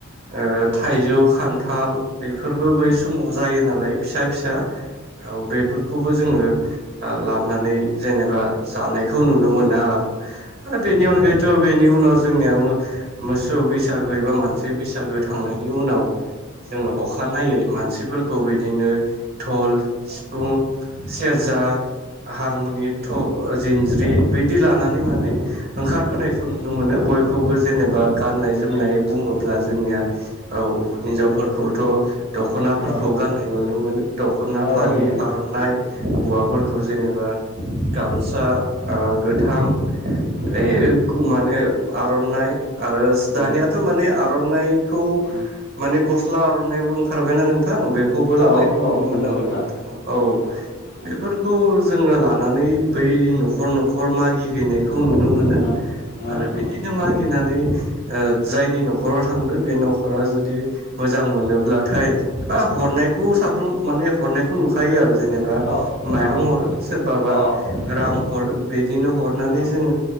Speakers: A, on the right; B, on the left.
A: ओ थाइजौ खान्थाल बेफोरबो बै समाव जायो नालाय फि सा फिसा औ बेफोरखौबो जोङो ओ लाबोनानै जेनेबा जानायखौ नुनो मोना आरो आरो बेनि अनगायैथ' बेनि उनाव जोंनिया मो मोसौ बैसा बशसागो एबा मोनसे बैसागो थांनायनि उनाव जोङो अखानायनायै मानसिफोरखौ बिदिनो दल सिफुं सेरज जा हारमुनि थ' जिनज्रि बायदि लानानै माने ओंखारबोनायखौ नुनो मोनो बयखौबो जेनेबा गाननाय जोमनाय
B: औ
A: बुङोब्ला जोंनिया औ हिनजावफोरखौथ' दख'नाफोरखौ
B: औ
A: गाननाय नु नो मोनो दख'ना
B: औ
A: फालि
B: नंगौ उम
A: आर'नाइ हौवाफोरखौ जेनेबा गामसा ओ गोथां यै
B: उम
A: माने आर'नाइ आरोस दानियाथ'
B: उम
A: माने आर'नाइखौ
B: उम
A: माने गस्ला आर'नाइबो ओंखारबायना नोंथां बे खौबो लानायखौ
B: औ
A: नुनो
B: औ
A: मोनो
B: नंगौ नोंथां
A: नोंथा औ
B: उम उम
A: बेफोरखौ जोङो लानानै बै न'खर न'खर मागिहैनायखौ नुनो मोनो।
B: उम ओ
A: आरो बिदिनो
B: ओ
A: मागिनानै ओ जायनि न'खराव थांदों बे न'खरा जुदि मोजां मोनोब्लाथाय एबा हरनाय खौ साफ्रोम माने हरनायखौ नुखायो आरो जेनेबा
B: औ
A: माइरं हरो सोरबाबा
B: औ अ
A: रां हरो बिदिनो हरनानै
B: अ
A: जोङो